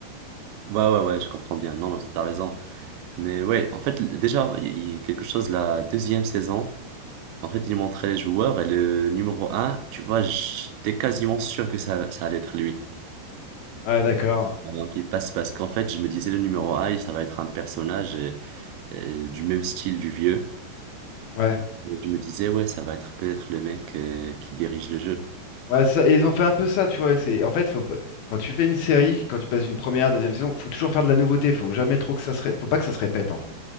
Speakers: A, on the right (about 85°); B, on the left (about 70°).
A: Ouais, ouais, ouais, je comprends bien. Non, non, t'as raison. Mais ouais, en fait, l- déjà, il il y a quelque chose, la deuxième saison, en fait, il montrait les joueurs et le numéro un, tu vois, j'étais quasiment sûr que ça, ça allait être lui.
B: Ouais, d'accord.
A: Avant qu'il passe, parce qu'en fait, je me disais, le numéro un, ça va être un personnage euh, euh, du même style du vieux.
B: Ouais.
A: Et je me disais, ouais, ça va être peut-être le mec euh, qui dirige le jeu.
B: Ouais, ça- et ils ont fait un peu ça, tu vois. C'est, en fait, faut, pas- quand tu fais une série, quand tu passes d'une première à deuxième saison, faut toujours faire de la nouveauté. Faut jamais trop que ça se, ré- faut pas que ça se répète, en fait.